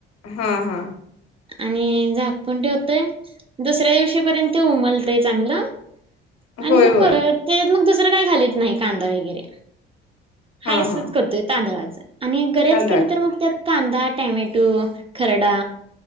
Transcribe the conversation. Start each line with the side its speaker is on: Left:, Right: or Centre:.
Left: हा हा
Right: आणि झाकण ठवतय दुसऱ्या दिवशीपर्यंत ते उमलतंय चांगलं आणि
Left: होय
Right: मग
Left: होय
Right: ख त्याच्यात मग दुसरं काही खालीत नाही कांदा वगैरे हायसच
Left: हा हा
Right: करतोय तांदळाचा आणि गरेच
Left: तांदळाच
Right: केलं तर मग त्या कांदा टमॅटो खरडा